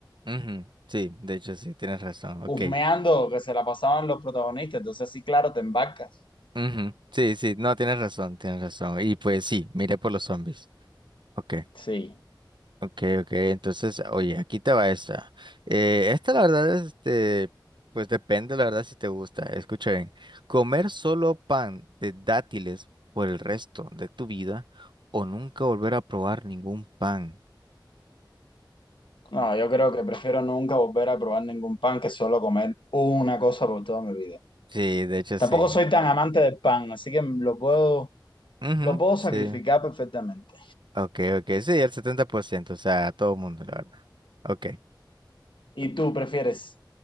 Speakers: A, on the right; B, on the left.
A: Ujú, Sí, de hecho sí, tienes razón, ok.
B: husmeando que se la pasaban los protagonistas, entonces sí, claro, te embarcas.
A: Ujú, Sí, sí, no, tienes razón, tienes razón. Y pues sí, miré por los zombies. Ok.
B: Sí.
A: Ok, ok, entonces, oye, aquí te va esta. Eh, esta la verdad, este, pues depende, la verdad, si te gusta. Escucha bien. ¿Comer solo pan de dátiles por el resto de tu vida o nunca volver a probar ningún pan?
B: No, yo creo que prefiero nunca volver a probar ningún pan que solo comer una cosa por toda mi vida.
A: Sí, de hecho
B: Tampoco
A: sí.
B: soy tan amante del pan, así que lo puedo,
A: Ujú,
B: lo puedo sacrificar
A: sí.
B: perfectamente.
A: Ok, ok, sí, el 70%, o sea, a todo mundo, la verdad. Ok.
B: ¿Y tú prefieres